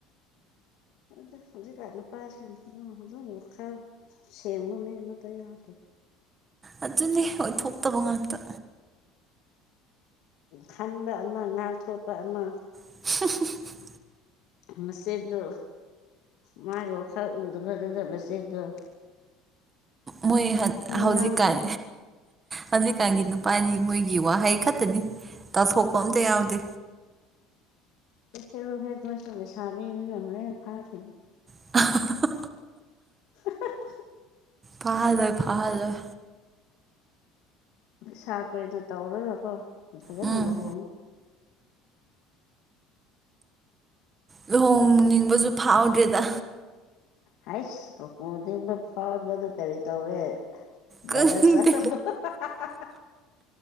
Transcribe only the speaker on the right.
ꯑꯗꯨꯅꯦ ꯑꯣꯏꯊꯣꯛꯇꯕ ꯉꯥꯛꯇ
<unintelligible>
ꯃꯣꯏ ꯍꯧꯖꯤꯛꯀꯥꯟ
ꯍꯧꯖꯤꯛꯀꯥꯟꯒꯤ ꯅꯨꯄꯥꯗꯤ ꯃꯣꯏꯒꯤ ꯋꯥꯍꯩ ꯈꯛꯇꯅꯤ ꯇꯥꯎꯊꯣꯛꯄ ꯑꯝꯇ ꯌꯥꯎꯗꯦ
<unintelligible>
ꯐꯍꯜꯂꯣꯏ ꯐꯍꯜꯂꯣꯏ
ꯎꯝ
ꯂꯨꯍꯣꯡꯅꯤꯡꯕꯁꯨ ꯐꯥꯎꯗ꯭ꯔꯦꯗ
ꯈꯪꯗꯦ